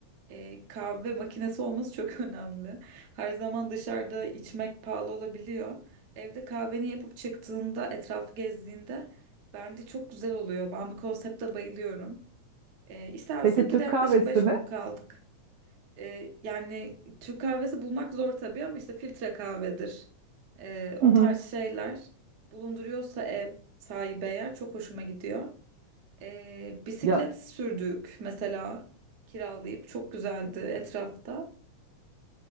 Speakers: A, on the right (about 65°); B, on the right (about 80°).
A: e, kahve makinesi olması çok <laughs> önemli. Her zaman dışarıda içmek pahalı olabiliyor. Evde kahveni yapıp çıktığında, etrafı gezdiğinde bence çok güzel oluyor. Ben bu konsepte bayılıyorum. E, İstersin
B: Peki
A: ki
B: Türk
A: de yaklaşık
B: kahvesi
A: 5
B: mi?
A: gün kaldık. E, yani Türk kahvesi bulmak zor tabii ama işte filtre kahvedir. E, o
B: Hı hı.
A: tarz şeyler bulunduruyorsa ev sahibi eğer çok hoşuma gidiyor. Ee, bisiklet
B: Ya
A: sürdük mesela kiralayıp çok güzeldi etrafta.